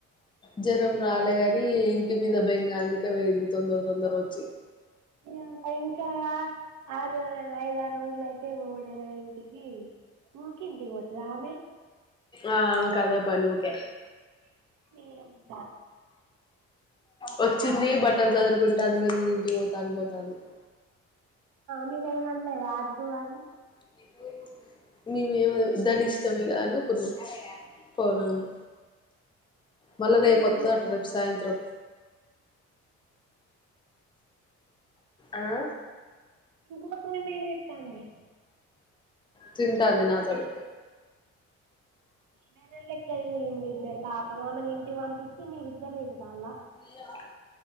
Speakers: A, on the left; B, on the right.
A: జ్వరం రాలేగాని ఇంటి మీద బెంగా అందుకే పోయింది తొందర తొందర వచ్చి.
B: <unintelligible> ఐదు ఆరు రోజులు అయితే పోవుడేనా ఇంటికి ఊకే ఇంటికి పోతదా ఆమె
A: ఆ ఆమెకు అదే పని ఊకె
B: <unintelligible>
A: వచ్చిందీ బట్టలు సదురుకుంటాంది నేను ఇంటికి పోతా అని పోతాంది <inaudible>
B: మీరేం అనలేదా ఆద్దు అనీ
A: <unintelligible> మేమేమీ దాని ఇష్టమిగా అనుకున్నాం పోనాని. మళ్ళా
B: మా ఫ్రెండ్
A: రేపు
B: ఏం
A: ఓత్తదట
B: చెప్తాంది
A: రేపు సాయంత్రం ఆ
B: ఇంకో ఫ్రెండ్ ఏం చేత్తాంది
A: తింటాంది నాతోనె
B: బర్రెల్లెక్క తిను మీదిద్దరు పాపం ఆమన్ ఇంటికి పంపించి మీరిద్దర్ తింటాల్ల
A: ఇ <unintelligible>